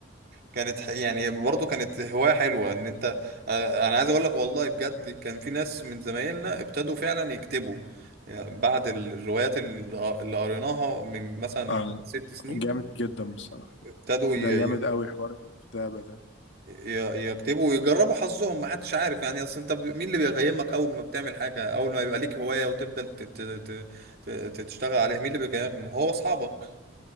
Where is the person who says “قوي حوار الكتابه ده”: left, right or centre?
Left